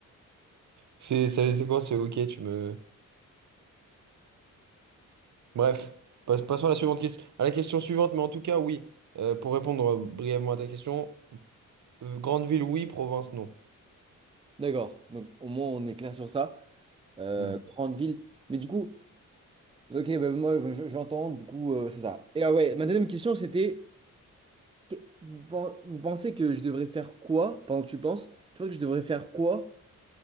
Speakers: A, on the right; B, on the right.
A: C'est c'est- c'est quoi? C'est ok, tu me. Bref, passe- passons à la suivante question, à la question suivante, mais en tout cas, oui. Euh, pour répondre brièvement à ta question, euh, grande ville, oui, province, non.
B: d'accord. Donc, au moins, on est clair sur ça. Euh,
A: Hmm.
B: grande ville. Mais du coup, ok, bah, moi, je- j'entends, du coup, euh, c'est ça. Et ah ouais, ma deuxième question, c'était... Que- Vous pen- vous pensez que je devrais faire quoi pendant que tu penses? Tu penses que je devrais faire quoi